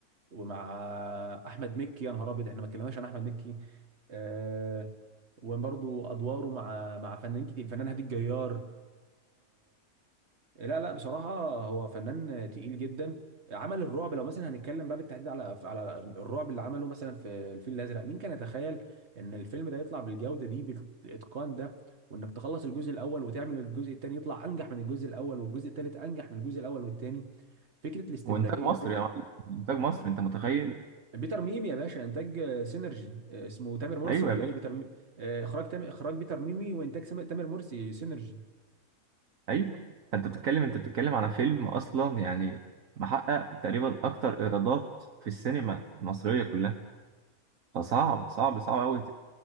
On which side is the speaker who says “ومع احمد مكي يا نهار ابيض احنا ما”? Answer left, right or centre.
Right